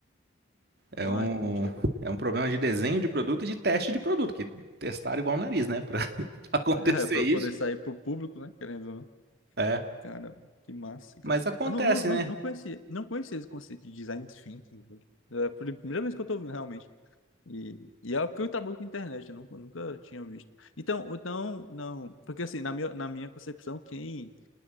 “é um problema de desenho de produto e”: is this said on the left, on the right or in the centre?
Right